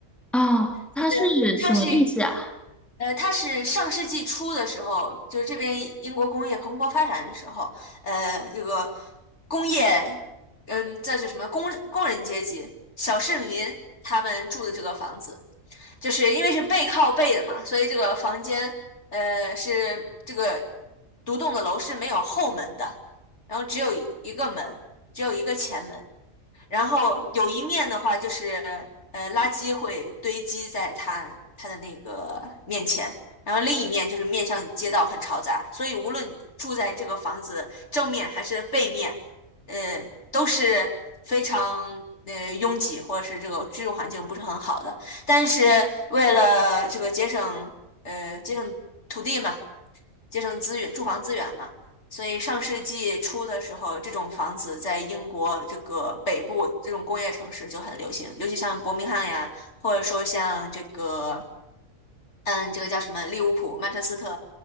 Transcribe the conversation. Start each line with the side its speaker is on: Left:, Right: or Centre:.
Centre: 啊，它是什么意思啊？
Left: 就是它是。呃，它是上世纪初的时候，就是这边英国工业蓬勃发展的时候，呃，这个工业，嗯，这是什么工工人阶级、小市民他们住的这个房子，就是因为是背靠背的嘛，所以这个房间，呃，是这个独栋的楼是没有后门的，然后只有一个门，只有一个前门，然后有一面的话就是，呃，垃圾会堆积在它它的那个面前，然后另一面就是面向街道很嘈杂，所以无论住在这个房子正面还是背面，呃，都是非常呃拥挤或者是这个居住环境不是很好的。但是为了这个节省呃节省土地嘛，节省资源、住房资源嘛。所以上世纪初的时候，这种房子在英国这个北部这种工业城市就很流行，尤其像伯明翰呀，或者说像这个嗯，这个叫什么？利物浦、曼彻斯特，